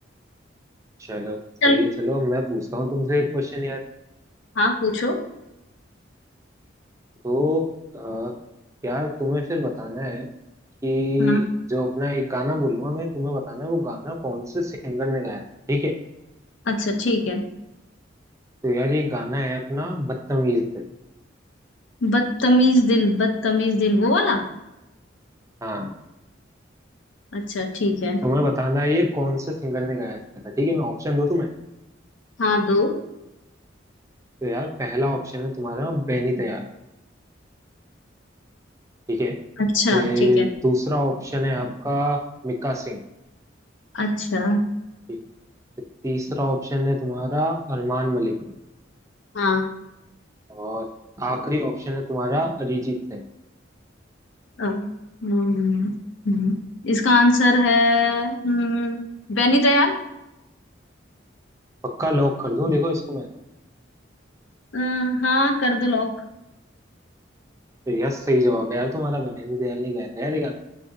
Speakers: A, on the right; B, on the left.
A: चलो सही
B: चलो
A: है चलो अब मैं पूछता हूँ तुमसे एक क्वेश्चन यार
B: हाँ पूछो
A: तो अ, यार तुम्हें फिर बताना है कि
B: हाँ
A: जो अपना एक गाना बोलूंगा मैं तुम्हें बताना है वो गाना कौन से सिंगर ने गाया था ठीक है
B: अच्छा ठीक है
A: तो यार ये गाना है अपना बदतमीज दिल
B: बदतमीज दिल बदतमीज दिल वो वाला
A: हाँ
B: अच्छा ठीक है
A: तुम्हें बताना है ये कौन से सिंगर ने गाया था ठीक है मैं ऑप्शन दूं तुम्हें
B: हाँ दो
A: तो यार पहला ऑप्शन है तुम्हारा बेनी दयाल ठीक है
B: अच्छा
A: फिर
B: ठीक है
A: दूसरा ऑप्शन है आपका मिक्का सिंह
B: अच्छा
A: ठीक है फिर तीसरा ऑप्शन है तुम्हारा अरमान मलिक
B: हाँ
A: और आखिरी ऑप्शन है तुम्हारा अरिजीत सिंह
B: अ, हम्म, हम्म, इसका आंसर है हम्म, बेनी दयाल
A: पक्का लॉक कर दूं देखो इसको मैं
B: अ, हाँ कर दो लॉक
A: तो यार सही जवाब है यार तुम्हारा बेनी दयाल नहीं गाया था यार ये